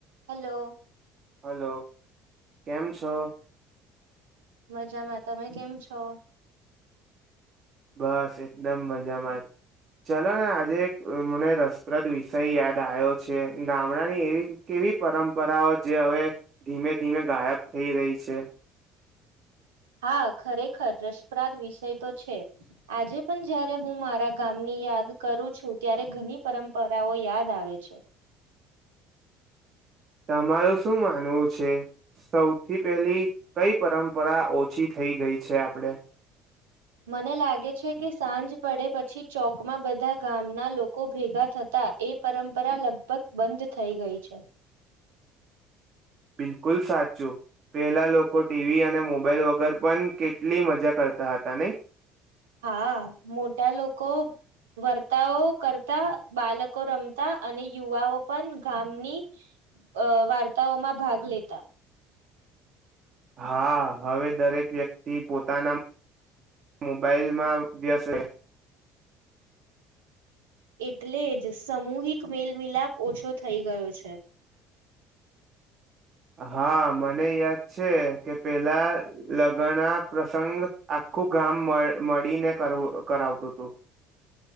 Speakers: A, on the right; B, on the right.
A: <inaudible> Hello
B: hello કેમ છો.
A: મજામાં તમે કેમ છો
B: બસ એકદમ મજામાં ચલો ને આજે એક મને રસપ્રદ વિષય યાદ આયો છે ગામડાની એવી કેવી પરંપરાઓ જે હવે ધીમે ધીમે ગાયબ થઈ રહી છે.
A: હા ખરેખર રસપ્રાદ વિષય તો છે આજે પણ જારે હું મારા ગામની યાદ કરું છું ત્યારે ઘણી પરંપરાઓ યાદ આવે છે.
B: તમારું શું માનવું છે સૌથી પહેલી કઈ પરંપરા ઓછી થઈ ગઈ છે આપણે.
A: મને લાગે છે કે સાંજ પડે પછી ચોકમાં બધા ગામના લોકો ભેગા થતા એ પરંપરા લગભગ બંધ થઈ ગઈ છે.
B: બિલકુલ સાચું પેલા લોકો ટીવી અને મોબાઈલ વગર પણ કેટલી મજા કરતા હતા નહી.
A: હા મોટા લોકો વર્તાઓ કરતા બાળકો રમતા અને યુવાઓ પણ ગામની અ વાર્તાઓમાં ભાગ લેતા.
B: હા હવે દરેક વ્યક્તિ પોતાના મોબાઈલમાં વેસ્ત
A: એટલે જ સામૂહિક મેલમિલાપ ઓછો થઈ ગયો છે.
B: હા મને યાદ છે કે પેલા લગ્ન પ્રસંગ આખું ગામ મળ મળીને કરાવતું હતું.